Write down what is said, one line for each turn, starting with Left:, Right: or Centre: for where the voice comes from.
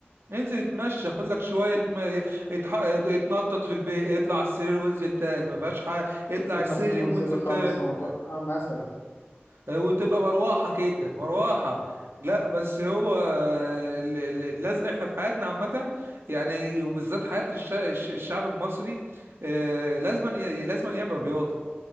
Right: انزل اتمشى خد لك شويه ما اتح... اتنطط في البيت اطلع على السرير وانزل تاني ما فيهاش حاجه اطلع
Left: اطلع
Right: السلم
Left: سلم وانزل
Right: وانزل
Left: خمس
Right: تاني
Left: مرات آه مثلا
Right: آه، وتبقى مروحة كده مروحة لا بس هو ال- ال- اللزق احنا في حياتنا عامة يعني وبالذات حياة الش- الش- الشعب المصري آه، لازما ي- لازما يعمل رياضة